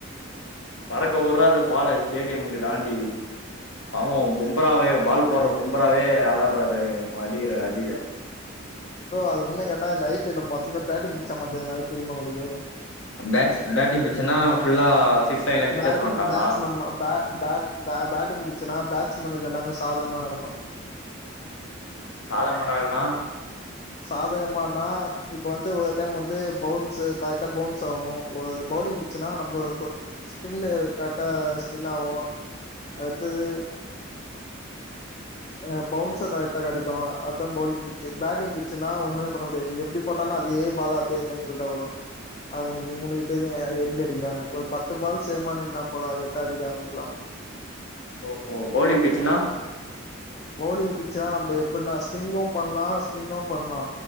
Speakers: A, on the left; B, on the left.
A: பறக்க உட்றாரு பால ஸ்டேடியமுக்கு தாண்டி பாவோ பும்பராவே பால் போட்ற பும்பராவே அளர்றாரு அவ அடிக்கிற அடில
B: ப்ரோ அது உண்னு கேட்டா இந்த ஐ பிஎல் ல மொத்தமே பட்டிங் பிச்ச மாத்திகாங்க அது தெரிமா உங்ளுக்கு
A: பேட்ஸ் பட்டிங் பிச்சுன்னா ஃபுல்லா சிக்ஸ் லைன்ல கிட்ட
B: பட்டிங்
A: எடுத்துனு வன்ட்டாங்களா
B: பட்ஸ்மன் ம ப ப ப பட்டிங் பிச்சுனா பட்ஸ்மேனுக்கு எல்லாமே சாதகமா நடக்கு
A: சாதகமா நடக்குன்னா
B: சாதகமானா இப்ப வந்து ஒரு டைம் வந்து பௌன்ஸ் கரெக்ட்டா பௌன்ஸ் ஆவு பௌலிங் சுன்னா நம்ம சோ ஸ்பின்னு கரெக்டா ஸ்பின் ஆவு அடுத்தது அ பௌவுன்ஸு கரெக்டா கடைக்கு அதா பௌலிங் பிச்சு பட்டிங் பிச்சுன்னா ஒண்ணுமே பண்ண முடியாது நீங்க எப்டி போட்டாலு அதே பால் அப்டியே <unintelligible> ல தா வரு அது உனக்கு உனக்கு தெரியு எப்டி அடிக்லான்னு ஒரு பத்து பால் சேமா நின்னா போது அது கெத்தா அடிக்லா அவுங்குளுக்ல்ல
A: ஓ ஓ பௌலிங் பிச்னா
B: பௌலிங் பிச்னா நம்ம எப்புட்ன்னா ஸ்பிங்கு பண்லா ஸ்பின்னு பண்லா